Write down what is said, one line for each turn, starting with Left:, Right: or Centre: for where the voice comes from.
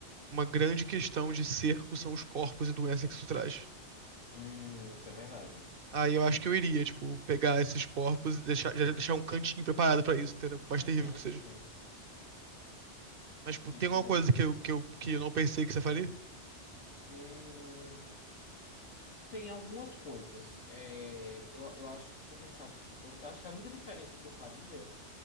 Right: uma grande questão de cerco são os corpos e doença que isso traz.
Left: Hum, isso é verdade.
Right: Aí eu acho que eu iria, tipo, pegar esses corpos e deixar, já deixar um cantinho preparado pra isso, entendeu? Por mais
Left: Uhum,
Right: terrível que seja.
Left: uhum.
Right: Mas, tipo,
Left: Tipo,
Right: tem alguma coisa que eu, que eu, que eu não pensei que você faria?
Left: hum, Tem algumas coisas. É, eu, eu acho. Deixa eu pensar. que eu fa- eu acho que a única diferença que eu faria